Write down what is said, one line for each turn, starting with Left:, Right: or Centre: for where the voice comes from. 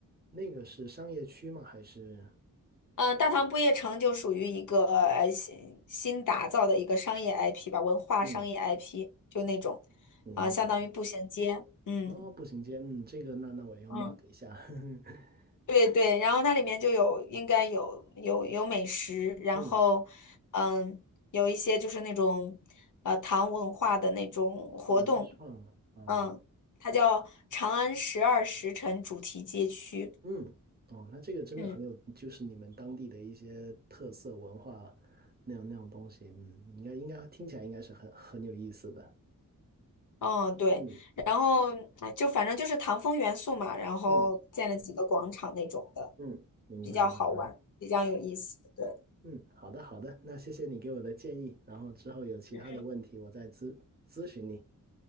Right: 那个是商业区吗？还是？
Left: 嗯，大唐不夜城就属于一个呃新新打造的一个商业 IP 吧，文化商业
Right: 嗯，
Left: IP 就那种，
Right: 明白。
Left: 啊、相当于步行街，嗯
Right: 哦，步行街，嗯，这个那那我要
Left: 嗯，
Right: mark 一下，<laughs>
Left: 对对，然后它里面就有应该有有有美食，然后嗯有一些就是那种呃唐文化的那种活动，
Right: 嗯，文创啊，
Left: 嗯，它叫长安十二时辰主题街区，
Right: 嗯，哦，那这个真的很有，
Left: 嗯。
Right: 就是你们当地的一些特色文化那样那样东西，嗯，应该应该听起来应该是很很有意思的，
Left: 嗯，对，
Right: 嗯
Left: 然后哎就反正就是唐风元素嘛，然后建了几个广场那种的，
Right: 嗯嗯，明白明白，
Left: 比较好玩，比较有意思。对，
Right: 嗯，好的好的，那谢谢你给我的建议，然后之后有其他的问题我再咨咨询你，
Left: 嗯嗯，